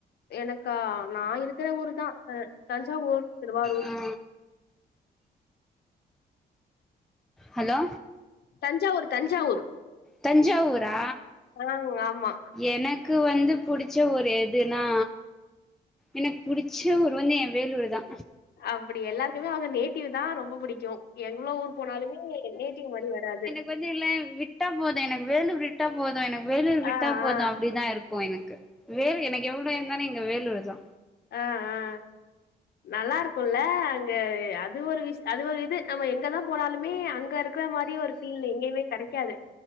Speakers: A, on the left; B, in the centre.
A: எனக்கா நா இருக்குற ஊர் தா ஆ தஞ்சாவூர் திருவாரூர்
B: ஆ ஹலோ
A: தஞ்சாவூர் தஞ்சாவூர்
B: தஞ்சாவூரா
A: ஆ ஆமா
B: எனக் க்கு வந்து புடிச்ச ஒரு எதுனா எனக் புடிச்ச ஊர் வந்து எ வேலூரு தா
A: அப்படி எல்லார்க்குமே அவ்ங்க நேட்டிவ் தா ரொம்ப பிடிக்கு எங்ளோ ஊர் போனாலுமே நேட்டிவ் மாரி வராது
B: வந்தில்ல விட்டா போது எனக் வேலூரிட் ட்டா போது எனக் வேலூர் விட்டா
A: ஆ
B: போது
A: ஆ
B: அப்டிதா இருக்கு எனுக்கு வேல் எனக்கு எவ்ளோ இருந்தானா இங்க வேலூர் தா
A: ஆ ஆ நல்ல்ருக்குல்ல அங்க அது ஒரு விஷ் அது ஒரு இது ஆமா எங்கதா போனாலுமே அங்க இருக்ற மாரி ஒரு ஃபீல் எங்யுமே கடைக்காது